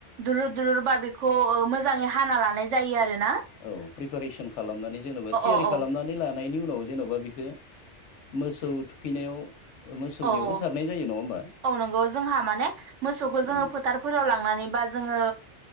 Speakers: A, on the right; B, on the left.
A: दुलुर दुलुर बा बेखौ ओ मोजाङै हाना लानाय जायो आरो ना।
B: औ प्रिपेरेसन खालामनानै जेनेबा थियारि
A: अ
B: खालामनानै
A: औ
B: ला नायनि उनाव जेन'बा बिखो, मोसौ थुखैनायाव मोसौनियावबो
A: औ औ
B: सारनाय जायो नङा होमबा
A: औ नंगौ जोंहा माने मोसौखौ
B: उम
A: जोङो फो थारफोराव लांनानै बा जोङो